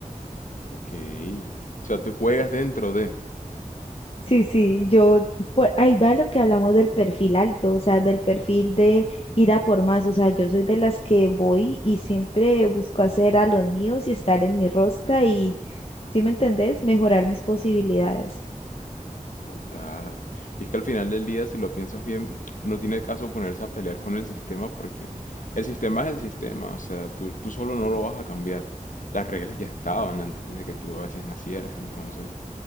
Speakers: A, on the left; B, on the left.
A: Ok, o sea, tú juegas dentro de...
B: Sí, sí, yo, por ahí va lo que hablamos del perfil alto, o sea, del perfil de ir a por más, o sea, yo soy de las que voy y siempre busco hacer a los míos y estar en mi rosca y, ¿sí me entendés? Mejorar mis posibilidades.
A: Total. Y es que al final del día, si lo piensas bien, no tiene caso ponerse a pelear con el sistema porque el sistema es el sistema, o sea, tú, tú solo no lo vas a cambiar. Las reglas ya estaban antes de que tú a veces nacieras, entonces